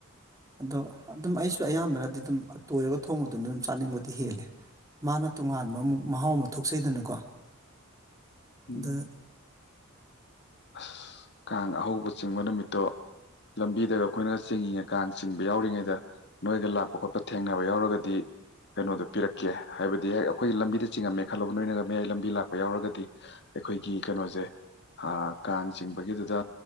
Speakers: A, on the right; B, on the left.
A: ꯑꯗꯣ ꯑꯗꯨꯝ ꯑꯩꯁꯨ ꯑꯌꯥꯝꯕꯅꯗꯤ ꯑꯗꯨꯝ ꯇꯣꯏꯔꯒ ꯊꯣꯡꯕꯗꯨꯅ ꯑꯗꯨꯝ ꯆꯥꯅꯤꯡꯕꯗꯤ ꯍꯦꯜꯂꯦ ꯃꯥꯅ ꯇꯣꯉꯥꯟꯕ ꯑꯃꯨꯛ ꯃꯍꯥꯎ ꯑꯃ ꯊꯣꯛꯆꯩꯗꯅꯀꯣ
B: ꯎꯝ
A: ꯑꯗ
B: ꯑꯁ ꯀꯥꯡ ꯑꯍꯧꯕ ꯆꯤꯡꯕ ꯅꯨꯃꯤꯠꯇꯣ ꯂꯝꯕꯤꯗꯒ ꯑꯩꯈꯣꯏꯅ ꯆꯤꯡꯉꯤꯉ ꯀꯥꯡ ꯆꯤꯡꯕ ꯌꯥꯎꯔꯤꯉꯩꯗ ꯅꯣꯏꯒ ꯂꯥꯛꯄ ꯈꯣꯠꯄ ꯊꯦꯡꯅꯕ ꯌꯥꯎꯔꯒꯗꯤ ꯀꯩꯅꯣꯗꯣ ꯄꯤꯔꯛꯀꯦ ꯍꯥꯏꯕꯗꯤ ꯍ ꯑꯩꯈꯣꯏꯒꯤ ꯂꯝꯕꯤꯗ ꯆꯤꯡꯉꯝꯃꯦ ꯈꯜꯂꯣꯕ ꯅꯣꯏꯅꯒ ꯃꯌꯥꯏ ꯂꯝꯕꯤ ꯂꯥꯛꯄ ꯌꯥꯎꯔꯒꯗꯤ ꯑꯩꯈꯣꯏꯒꯤ ꯀꯩꯅꯣꯖꯦ ꯀꯥꯡ ꯆꯤꯡꯕꯒꯤꯗꯨꯗ